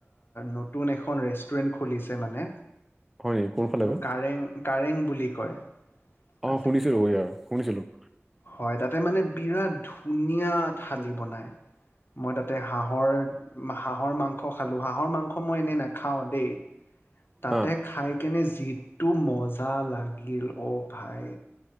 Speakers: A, on the left (about 50°); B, in the centre.
A: নতুন এখন ৰেষ্টুৰেণ্ট খুলিছে মানে।
B: হয় নেকি কোনফালে
A: এইটো
B: বা
A: কাৰেং, কাৰেং বুলি কয়। তাতে
B: অ' শুনিছোঁ ইয়াৰ, শুনিছিলো।
A: হয়, তাতে মানে বিৰাট ধুনীয়া থালি বনাই। মই তাতে হাঁহৰ হাঁহৰ মাংস খালো, হাঁহৰ মাংস মই এনেই নেখাওঁ দেই। তাতে
B: হা
A: খাই কেনে যিটো মজা লাগিল, অ' ভাই।